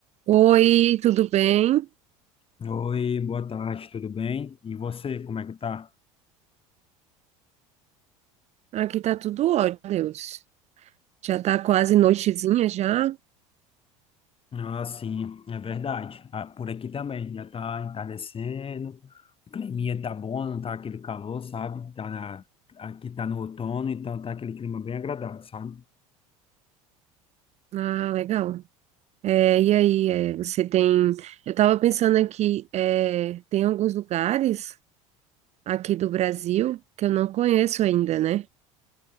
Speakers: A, on the right; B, on the left.
A: Oi, tudo bem?
B: Oi, boa tarde, tudo bem? E você, como é que tá?
A: Aqui tá tudo ótimo, Deus. Já tá quase noitezinha já.
B: Ah, sim, é verdade. Ah, por aqui também, já tá entardecendo, o climinha tá bom, não tá aquele calor, sabe? Tá na, aqui tá no outono, então tá aquele clima bem agradável, sabe?
A: Ah, legal. É, e aí, é, você tem. Eu tava pensando aqui, é, tem alguns lugares aqui do Brasil que eu não conheço ainda, né?